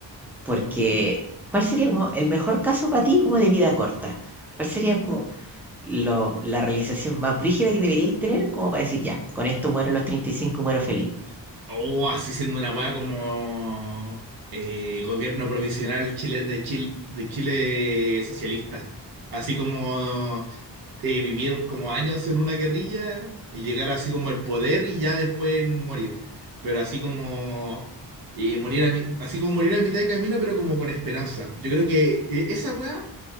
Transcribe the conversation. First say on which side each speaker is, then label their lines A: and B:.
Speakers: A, in the centre; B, on the right.
A: Porque, ¿cuál sería como el mejor caso para ti como de vida corta? ¿Cuál sería como lo- la realización más brígida que deberíais tener como para decir, ya, con esto muero a los 35 muero feliz?
B: O así siendo una weá como eh, gobierno provisional Chile, de Chile, de Chile socialista. Así como eh, vivir como años en una guerrilla y llegar así como al poder y ya después morir. Pero así como eh, morir a mi- así como morir a mitad de camino, pero como con esperanza. Yo creo que eh, esa weá